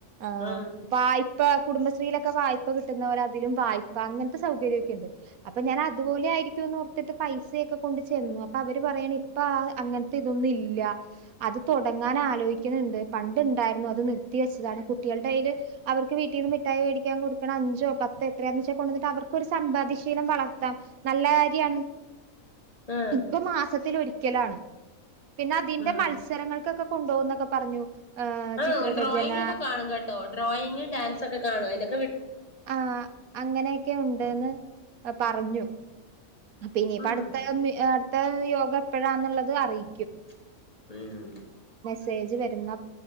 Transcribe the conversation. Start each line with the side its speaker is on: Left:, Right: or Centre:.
Right: ആ
Left: ആഹ്
Right: വായ്പ കുടുംബശ്രീയിലൊക്കെ വായ്പ കിട്ടുന്ന പോലെ അതിലും വായ്പ അങ്ങനത്തെ സൗകര്യക്കെ ഉണ്ട്. അപ്പൊ ഞാൻ അതുപോലെ ആയിരിക്കുംന്ന് ഓർത്തിട്ട് പൈസയൊക്കെ കൊണ്ട് ചെന്നു അപ്പൊ അവര് പറയാണ് ഇപ്പ അങ്ങനത്തെ ഇതൊന്നും ഇല്ല അത് തുടങ്ങാൻ ആലോചിക്കണണ്ട്. പണ്ട് ഉണ്ടായിരുന്നു അത് നിർത്തി വെച്ചതാണ്. കുട്ടികളുടെ കയീല് അവർക്ക് വീട്ടീന്ന് മിഠായി വേടിക്കാൻ കൊടുക്കണ അഞ്ചോ പത്തോ എത്രയാന്ന് വെച്ചാൽ കൊണ്ടുവന്നിട്ട് അവർക്കരു സമ്പാദ്യശീലം വളർത്താം. നല്ല കാര്യാണ്.
Left: ആഹ്
Right: ഇപ്പം മാസത്തിലൊരിക്ക രിക്കലാണ്. പിന്നെ അതിന്റെ
Left: ഉം
Right: മൽ കൊക്കെ കൊണ്ട്പോന്നൊക്കെ പറഞ്ഞു. ഏഹ്
Left: ആ
Right: ചിത്രരചന
Left: ഡ്രോയിങ് ഒക്കെ കാണും കേട്ടോ ഡ്രോയിങ്, ഡാൻ സൊക്കെ കാണും അയിന്റ
Right: ആ അങ്ങനെയൊക്കെ ഉണ്ട്ന്ന് അപ് പറഞ്ഞു. പിന്നെ ഇപ്പ
Left: ഉം
Right: അടുത്ത അടുത്ത യോഗ എപ്പഴാന്നുള്ളത് അത് അറിയിക്കും.
Left: <unintelligible>
Right: പേജ്ജ് വരുന്ന